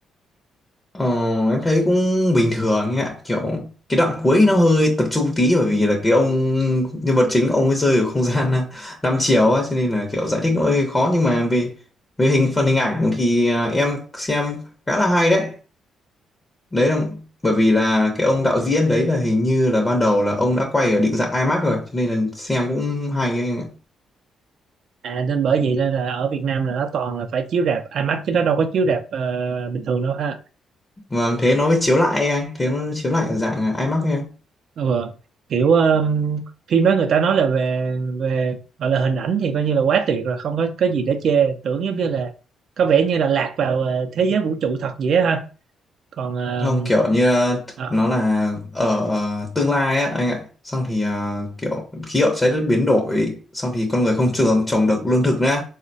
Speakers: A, on the left (about 20°); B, on the right (about 65°).
A: Ờ, em thấy cũng bình thường ấy ạ kiểu cái đoạn cuối nó hơi tập trung tí bởi vì là cái ông nhân vật chính ông ấy rơi ở không <laughs> gian ờ, năm chiều á cho nên là kiểu giải thích nó hơi khó nhưng mà về về hình phần hình ảnh thì à, em xem khá là hay đấy đấy là bởi vì là cái ông đạo diễn đấy là hình như là ban đầu là ông đã quay ở định dạng IMAX rồi cho nên là xem cũng hay ấy anh ạ
B: à nên bởi vậy nên là ở Việt Nam là nó toàn là phải chiếu rạp IMAX chứ nó đâu có chiếu rạp ờ, bình thường đâu ha
A: vâng thế nó mới chiếu lại ấy anh thế nó chiếu lại ở dạng ờ, IMAX ấy anh
B: ừ. kiểu um, phim đó người ta nói là về về gọi là hình ảnh thì coi như là quá tuyệt rồi không có có gì để chê tưởng giống như là có vẻ như là lạc vào ờ, thế giới vũ trụ thật vậy á ha còn um,
A: không kiểu như ờ,
B: ờ,
A: nó là ở ờ, tương lai á anh ạ xong thì ờ, kiểu khí hậu trái đất biến đổi xong thì con người không trường trồng được lương thực nữa